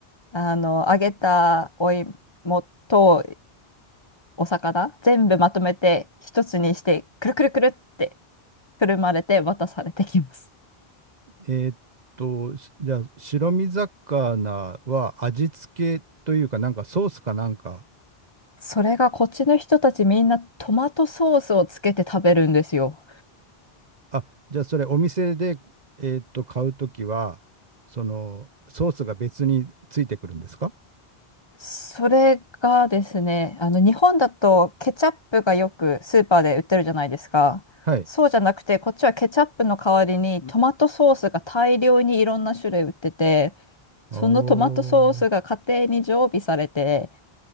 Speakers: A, on the left; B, on the right.
A: う、あの、揚げたお芋とお魚、全部まとめて一つにして、くるくるくるってくるまれて渡されてきます。
B: えーっと、しじゃあ、白身魚は味付けというか、なんかソースかなんか、
A: それがこっちの人たちみんなトマトソースをつけて食べるんですよ。
B: あ、じゃあそれお店で、えーっと、買うときは、その、ソースが別についてくるんですか
A: それがですね、あの日本だとケチャップがよくスーパーで売ってるじゃないですか。
B: はい。
A: そうじゃなくて、こっちはケチャップの代わりにトマトソースが大量にいろんな種類売ってて、そのトマトソースが家庭に常備されて、
B: おー、